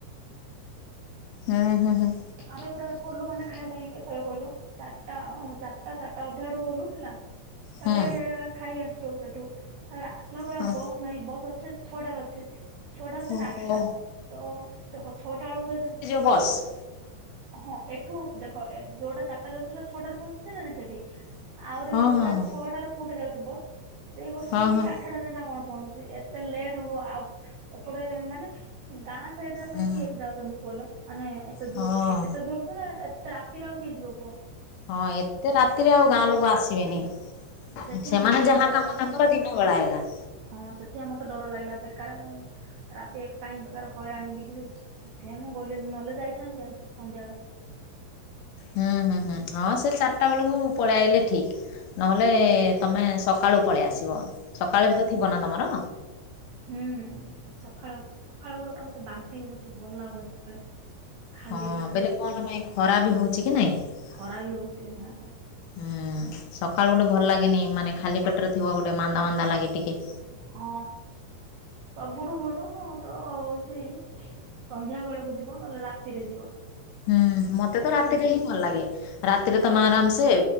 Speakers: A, on the left; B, on the right.
A: ହୁଁ, ହୁଁ, ହୁଁ।
B: ଆମେ ପୁରା ଗଲୁ ମାନେ ଖାଇବା ପାଇଁ କେତେବେଳେ କହିଲ। ଚାରିଟା ଚାରିଟା ଚାରିଟା ଅଧା ଆଡୁ ଗଲୁ ହେଲା ତାପରେ
A: ହୁଁ
B: ଖାଇ ଆସିଲୁ ସେଠୁ। ତାପରେ ଆସିଲା ପରେ
A: ହଁ
B: ଆଉ ବସ୍ ନାହିଁ ବସ୍ ଅଛେ ଛଅଟାରେ ଅଛେ। ଛଅଟ ରୁ ସେଟା
A: ଓହୋ
B: ଆଠଟା ତ ଦେଖ ଛଟା ବେଳକୁ ଯଦି
A: ଗସ୍
B: ହଁ ଏଠୁ ଦେଖ ଯୋଉଟା ଚାରିଟରେ ଅଛି ସେଟା ଛଟାରେ ବହଞ୍ଚୁଛି ନାଁ ସେଠି। ଆହୁରି
A: ହଁ
B: ଯୋଉଟା
A: ହଁ ହଁ
B: ଛଅଟା ର ଗୋଟେ ଯାଉଛି ବସ୍, ସେଇ ବସଟା
A: ହଁ
B: ସେଠି
A: ହଁ
B: ଆଠ ଆଠଟାରେ ନା କଣ ପହଞ୍ଚୁଛି ଏତେ ଲେଟ୍ ହବ ଆଉ ଏପଟେ ମାନେ ଗାଁ ସେଇଥରେ
A: ହୁଁ
B: ଆଉ କିଏ ଏତେ ଯାଉଛନ୍ତି କହିଲ ମାନେ ଏତେ
A: ହଁ
B: ଦୂର। ଏତେ ଦୂର ତ ନା ରାତିରେ ଆଉ କେହି ଯିବ କହ।
A: ହଁ, ଏତେ ରାତିରେ ଆଉ ଗାଁ ଲୋକ ଆସିବେନି।
B: ସେଥିପାଇଁ
A: ସେମାନେ
B: ମତେ ଟିକେ
A: ଯାହା
B: ଡର
A: କାମ
B: ଲାଗିଲା
A: ତାଙ୍କର ଦିନ ବଳା ହେଗା।
B: ହଁ ସେଥିାଆ ମତେ ଡର ଲାଗିଲା କାଳ ଉଁ ରାତି ଏକ୍ ପାଇଁ ବେକାର ହଇରାଣିକି ଯିବି, ସେଥିପାଇ ମୁଁ ଗଲି ନହେଲେ ଯାଇଥାନ୍ତି ଆଜି ସନ୍ଧ୍ୟାବେଳେ।
A: ହୁଁ ହୁଁ ହୁଁ ହଁ ସେ ଚାରିଟା ବେଳକୁ ପଳେଇ ଆଇଲେ ଠିକ। ନହେଲେ ତୁମେ ସକାଳୁ ପଳେଇ ଆସିବ, ସକାଳୁ ବି ତ ଥିବ ନା ତୁମର।
B: ହୁଁ ହୁଁ ସକାଳ ଅଛି। ସକାଳେ ଶଲାବେଳେ ମତେ ବାନ୍ତି ହଉଛି ଭଲ ଲାଗୁନି ସକାଳେ। ଖାଲି
A: ହଁ
B: ପେଟରେ
A: -ବୋଇଲେ କଣ ପାଇଁ ଖରା ବି ହଉଛି କି ନାଇଁ।
B: ଖରା ବି ହଉଛି ହଁ
A: ହଁ -ସକାଳୁ ଗୋଟେ ଭଲ ଲାଗେନି ମାନେ ଖାଲି ପେଟରେ ଥିବ ଗୋଟେ ମାନ୍ଦା ମାନ୍ଦା ଲାଗେ ଟିକେ।
B: ହଁ ସବୁଠୁ ଭଲ ତ ହଉଛି ସନ୍ଧ୍ୟା ବେଳକୁ ଯିବ ନହେଲେ ରାତିରେ ଯିବ।
A: ହୁଁ ମତେ ତ ରାତିରେ
B: ନା ନାଇଁ।
A: ହିଁ ଭଲ ଲାଗେ, ରାତିରେ ତମେ ଆରାମସେ